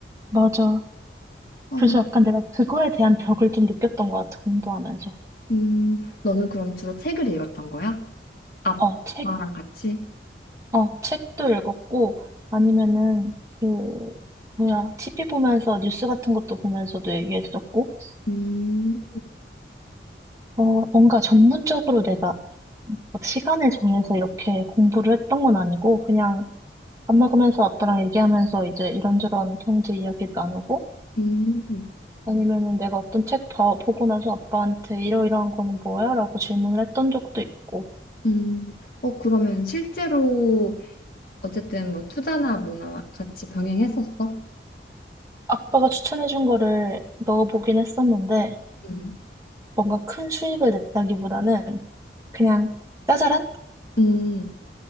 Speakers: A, on the right; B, on the left.
A: 맞아.
B: 어,
A: 그래서 약간 내가 그거에 대한 벽을 좀 느꼈던 것 같아, 공부하면서.
B: 음, 너는 그럼 주로 책을 읽었던 거야? 아빠랑
A: 어, 책,
B: 같이?
A: 어, 책도 읽었고, 아니면은, 그, 뭐야, TV 보면서 뉴스 같은 것도 보면서도 얘기했었고,
B: 음,
A: 어, 뭔가 전문적으로 내가 막 시간을 정해서 이렇게 공부를 했던 건 아니고, 그냥 밥 먹으면서 아빠랑 얘기하면서 이제 이런저런 경제 이야기 나누고,
B: 음,
A: 아니면은 내가 어떤 책 봐, 보고 나서 아빠한테 이러이러한 거는 뭐야? 라고 질문을 했던 적도 있고.
B: 음. 어, 그러면 실제로 어쨌든 뭐 투자나 뭐나 같이 병행했었어?
A: 아빠가 추천해준 거를 넣어보긴 했었는데,
B: 음,
A: 뭔가 큰 수익을 냈다기보다는 그냥 짜잘한?
B: 음.